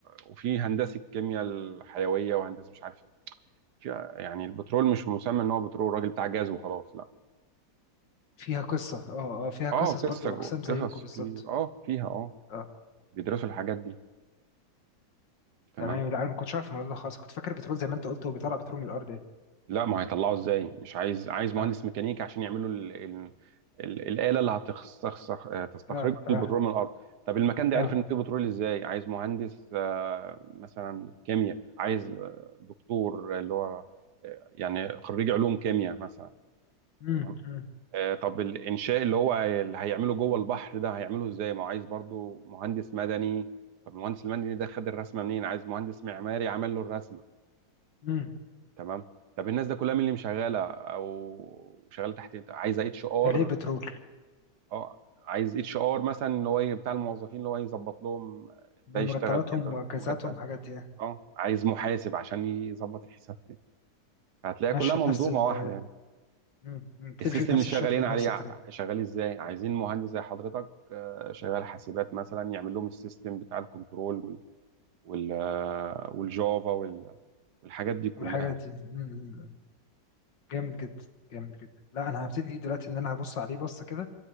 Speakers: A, on the right; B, on the left.
A: وفي هندسه كيمياء الحيويه وهندسه مش عارف ايه في- يعني البترول مش مسمى ان هو بترول راجل بتاع جاز وخلاص لا
B: فيها قصة اه اه فيها
A: اه
B: قصص
A: قصه
B: برضو
A: جو-
B: اقسام زيكم
A: قصص
B: بالظبط
A: كبير اه فيها اه
B: اه
A: بيدرسوا الحاجات دي تمام
B: تمام لا انا ما كنتش عارف الموضوع ده خالص كنت فاكر بترول زي ما انت قلت هو بيطلع بترول من الارض يعني
A: لا ما هيطلعوا ازاي مش عايز عايز مهندس
B: اه
A: ميكانيكا عشان يعملوا ال... ال... ال... الاله اللي هتستخرج تستخرج
B: اه
A: البترول
B: اه
A: من الارض طب المكان ده
B: اه
A: عرف ان فيه بترول ازاي عايز مهندس آه، مثلا كيمياء عايز آه، دكتور اللي هو آه، يعني خريج علوم كيمياء مثلا
B: امم
A: تمام
B: امم
A: آه، طب الانشاء اللي هو اللي هيعمله جوه البحر ده هيعمله ازاي ما هو عايز برضو مهندس مدني طب المهندس المدني ده خد الرسمه منين عايز مهندس معماري عمل له الرسمه
B: امم
A: تمام طب الناس ده كلها مين اللي مشغله او شغاله تحت إيه؟ عايز اتش ار
B: اللي هي بترول
A: اه عايز اتش ار مثلا اللي هو بتاع الموظفين اللي هو يظبط لهم ده يشتغل
B: مرتباتهم
A: كده
B: واجازاتهم
A: ومرتب
B: الحاجات دي يعني.
A: اه عايز محاسب عشان يظبط الحساب <laughs> هتلاقي
B: ماشية
A: كلها منظومه
B: بنفس ال
A: واحده يعني.
B: مم، مم، بتمشي
A: السيستم
B: بنفس
A: اللي شغالين
B: الشكل وبنفس
A: عليه
B: الطريقة
A: ع- شغال ازاي عايزين مهندس زي حضرتك آه، شغال حاسبات مثلا يعمل لهم السيستم بتاع الكنترول وال وال آه، والجافا وال- والحاجات دي كلها
B: والحاجة
A: يعني.
B: دي م- م- م. جامد جدا جامد جدا لا انا هبتدي دلوقتي ان انا هبص عليه بصه كده